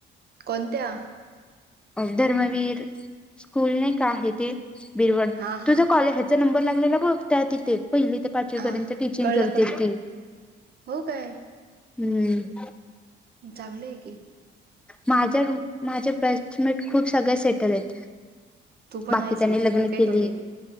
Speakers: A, on the right; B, in the centre.
A: कोणत्या?
B: धर्मवीर स्कूल नाही का आहे ते बिरवड
A: हा
B: तुझं
A: हा
B: कॉलेज नंबर लागलेला बघ त्या तिथे पहिली ते पाचवी
A: हा
B: पर्यंत टीचिंग
A: कळलं
B: करते
A: कळलं
B: ती.
A: हो काय?
B: हम्म
A: चांगलं आहे की.
B: माझ्या माझ्या बॅच मेट खूप सगळ्या सेटल आहेत.
A: तू पण
B: बाकी
A: आहेस
B: च्यानी
A: की
B: लग्न
A: तुझ्यात काही
B: केली
A: कमी